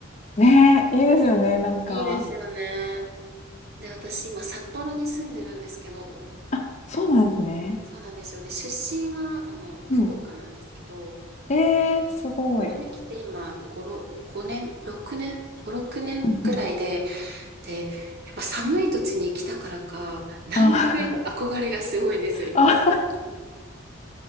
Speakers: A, on the left (about 30°); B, on the right (about 50°).
A: ね、いいですよね、
B: う
A: なんか。
B: んいいですよね。で、私今札幌に住んでるんですけど、
A: あ、そうなんですね。
B: そうなんですよ。で、出身は、あの、
A: うん
B: 福岡なんですけど、
A: えー、すごい。
B: 札幌に来て今、
A: う
B: 5、6、5年、6年、5、6年くらいで、
A: んうん
B: で、やっぱ寒い土地に来たからか、南国への憧れがすごいんですよ、
A: あ、
B: 今。
A: <laughs> あ、